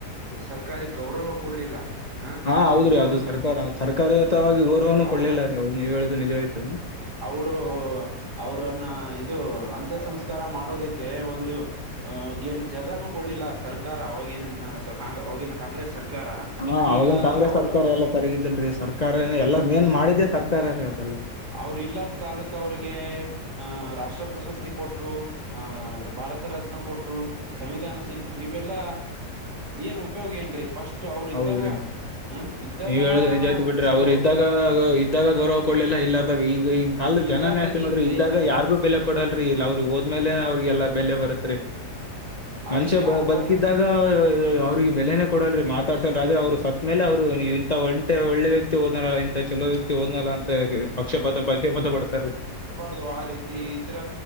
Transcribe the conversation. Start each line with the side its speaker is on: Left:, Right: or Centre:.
Right: ಸರ್ಕಾರಿ ಗೌರವ ಕೊಡ್ಲಿಲ್ಲ. ಹ
Left: ಹಾ ಹೌದ್ರೀ
Right: ಒಂದು
Left: ಅದು ಸರ್ಕಾರ ಸರ್ಕಾರಿಯುತವಾಗಿ ಗೌರವ ಕೊಡ್ಲಿಲ್ಲ
Right: ಅವರ
Left: ರೀ ಹೌದ್ ನೀವ್ ಹೇಳುದು ನಿಜಾಯ್ತೆ.
Right: ಅವರು ಅವರನ್ನ ಇದು ಅಂತ್ಯ ಸಂಸ್ಕಾರ ಮಾಡೋದಕ್ಕೆ ಒಂದು ಅ ಗೆಣು ಜಗನೂ ಕೊಡ್ಡಿಲ್ಲ ಸರ್ಕಾರ ಅವಾಗೇನು ಅವಾಗಿನ ಕಾಂಗ್ರೆಸ್ ಸರ್ಕಾರ
Left: ಹಾ ಅವಾಗನ್
Right: ಈಗ
Left: ಕಾಂಗ್ರೆಸ್
Right: ಅವ್ರ
Left: ಸರ್ಕಾರ ಎಲ್ಲಾ ಸರಿಗಿದಲ್ರರೀ ಸರ್ಕಾರ ಏ ಎಲ್ಲ ಮೇನ್ ಮಾಡಿದ್ದೆ ಸರ್ಕಾರ ರೀ ಅದೆಲ್ಲ.
Right: ಅವರು ಇರಲ್ಲದ ಕಾಲಕ್ಕ ಅವರಿಗೆ ಅಹ ರಾಷ್ಟ್ರಪ್ರಶಸ್ತಿ ಕೊಟ್ರು ಆಹ ಭಾರತ ರತ್ನ ಕೊಟ್ರು. ಸಂವಿಧಾನ ಶಿಲ್ಪ ಇವೆಲ್ಲ ಏನ್ ಉಪಯೋಗ ಏನ್ರಿ ಫಸ್ಟ್ ಅಷ್ಟ ಅವರು
Left: ಹೌದ್ರಿ
Right: ಇದ್ದಾಗ ಹ ಇದ್ದಾಗನ
Left: ನೀವ್ ಹೇಳುದು ನಿಜ ಆಯ್ತು ಬಿಡ್ರಿ
Right: ಚಲೋ
Left: ಅವ್ರು ಇದ್ದಾಗ ಇದ್ದಾಗ ಗೌರವ ಕೊಡ್ಲಿಲ್ಲ ಎಲ್ಲಾರ್ದಾಗ ಈಗನ್ ಕಾಲದ
Right: ಹ್ಮ್ ಇರ್ಲಾರ್ದಾಗ
Left: ಜನನೇ ಅಷ್ಟೇ ನೋಡ್ರಿ
Right: ಈಗ ಜೈ
Left: ಇದ್ದಾಗ
Right: ಜೈ
Left: ಯಾರಿಗೂ ಬೆಲೆ ಕೊಡಲ್ಲ ರೀ ಇಲ್ಲ ಅವರು ಹೋದ್ಮೇಲೆ ಅವರಿಗೆಲ್ಲ ಬೆಲೆ ಬರುತ್ತೆ ರೀ
Right: ಆ
Left: ಮನುಷ್ಯ
Right: ರೀತಿ
Left: ಬ
Right: ಆಗ್ಬಾರ್ದನ್
Left: ಬದುಕಿದಾಗ ಅವರಿಗೆ ಬೆಲೆನೆೇ ಕೊಡಲ್ಲ ರೀ ಮಾತ್ ತಡಸಲ್ಲ ಆದ್ರೆ ಅವರು ಸತ್ ಮೇಲೆ ಅವರು ಇಂತ ಒಂಟೆ ಒಳ್ಳೆ ವ್ಯಕ್ತಿ ಹೋದ್ನಲ್ಲ ಇಂತಥ ಚಲೋ ವ್ಯಕ್ತಿ ಓದ್ನಲ್ಲ ಅಂತ ಪಕ್ಷಪತಿ ಪದ ಬಗ್ಗೆ ಬಿಡ್ತಾರಿ.
Right: ಬಾರ್ದು ಆ ರೀತಿ ಇದ್ರ